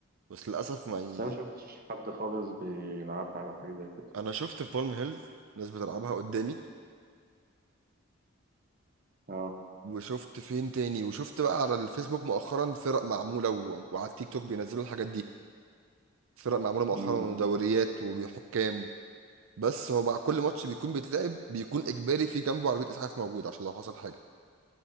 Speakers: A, on the right; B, on the right.
A: بس للأسف ما يعني
B: بس انا ما شفتش حد خالص بيلعبها او حاجه زي كده
A: أنا شفت في بالم هيلز ناس بتلعبها قدامي
B: اه
A: وشفت فين تاني وشفت بقى على الفيسبوك مؤخرا فرق معمولة و... وعلى التيك توك بينزلوا الحاجات دي فرق معمولة مؤخرا
B: امم
A: ودوريات وحكام بس هو مع كل ماتش بيكون بيتلعب بيكون اجباري في جنبه عربيه اسعاف موجوده عشان لو حصل حاجه